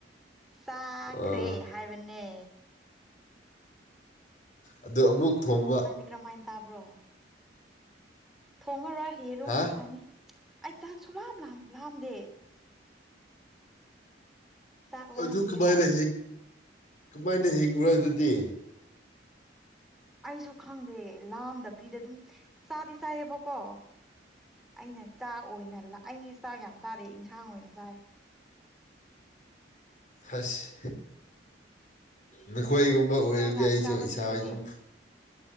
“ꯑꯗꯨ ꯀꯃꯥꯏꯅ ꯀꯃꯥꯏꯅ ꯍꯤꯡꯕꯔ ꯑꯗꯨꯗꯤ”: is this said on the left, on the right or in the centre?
Left